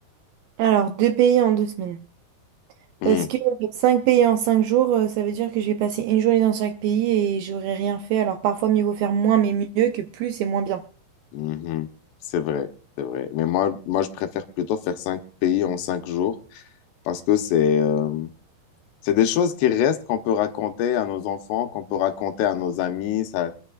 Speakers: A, on the right; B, on the left.
A: Alors, deux pays en deux semaines.
B: Hmm.
A: Parce que cinq pays en cinq jours, euh, ça veut dire que je vais passer une journée dans chaque pays et j'aurai rien fait. Alors, parfois, mieux vaut faire moins, mais mieux que plus et moins bien.
B: Mhm. C'est vrai, c'est vrai. Mais moi, moi, je préfère plutôt faire cinq pays en cinq jours parce que c'est euh, c'est des choses qui restent qu'on peut raconter à nos enfants, qu'on peut raconter à nos amis. Ça,